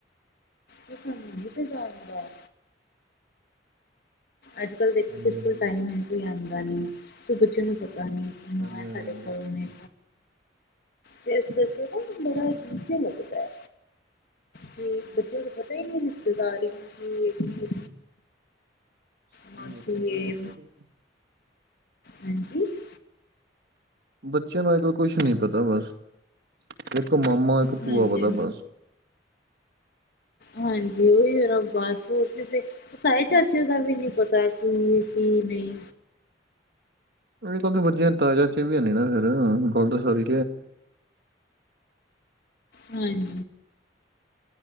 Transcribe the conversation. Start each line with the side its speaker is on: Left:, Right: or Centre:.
Left: ਤੇ ਸਾਨੂੰ ਨੀ ਪਹਿਚਾਣਦਾ ਅੱਜ ਕੱਲ੍ਹ ਦੇਖ,
Right: ਹਾਂਜੀ
Left: ਕਿਸ
Right: ਹਾਂਜੀ
Left: ਕੋਲ ਟਾਈਮ ਹੈ ਕੋਈ ਆਉਂਦਾ ਨਹੀਂ, ਕੋ ਬੱਚੇ ਨੂੰ ਪਤਾ ਨਹੀਂ।
Right: ਹਾਂਜੀ ਹਾਂਜੀ
Left: ਸਾਡੇ
Right: ਹਾਂਜੀ
Left: ਕੋਲ ਨੇ ਤੇ ਇਸ ਕਰਕੇ ਨਾ, ਬੜਾ ਅਜੀਬ ਜਯਾ ਲੱਗਦਾ ਹੈ। ਕਿ ਬੱਚਿਆਂ ਨੂੰ ਪਤਾ ਹੀ ਨੀ ਰਿਸ਼ਤੇਦਾਰੀ ਨੂੰ ਕਿ
Right: ਸਹੀ
Left: ਮਾਸੀ
Right: ਹੈ ਬੱਚਿਆਂ
Left: ਏ,
Right: ਨੂੰ
Left: ਹਾਂਜੀ <unintelligible>
Right: ਬੱਚਿਆਂ ਨੂੰ ਅਜਕੱਲ ਕੁਛ ਨੀ ਪਤਾ ਬਸ। ਇੱਕ ਮਾਮਾ ਇੱਕ ਭੂਆ
Left: ਹਾਂਜੀ
Right: ਪਤਾ ਬਸ
Left: ਹਾਂਜੀ ਓਹੀ <unintelligible> ਤਾਏ ਚਾਚੇ ਦਾ ਵੀ ਨੀ ਪਤਾ ਕੀ ਏ ਕੀ ਨਈ
Right: ਅਜ ਕੱਲ ਦੇ ਬੱਚਿਆਂ ਤਾਏ ਚਾਚੇ ਵੀ ਹੈ ਨੀ ਨਾ ਫੇ ਗਲ ਤਾਂ ਸਾਰੀ
Left: ਹਾਂਜੀ